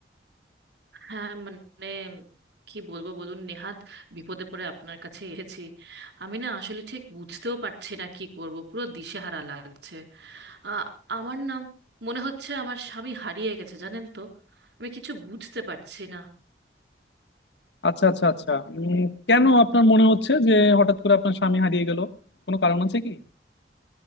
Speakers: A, on the right (about 75°); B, on the left (about 80°).
A: হ্যাঁ মানে কি বলবো বলুন নেহাত বিপদে পড়ে আপনার কাছে এসেছি আমি না আসলে ঠিক বুঝতেও পারছি না কি করব পুরো দিশেহারা লাগছে আ- আমার নাম মনে হচ্ছে আমার স্বামী হারিয়ে গেছে জানেন তো আমি কিছু বুঝতে পারছি না
B: আচ্ছা আচ্ছা আচ্ছা উম, কেন আপনার মনে হচ্ছে যে হঠাৎ করে আপনার স্বামী হারিয়ে গেল কোনো কারণ আছে কি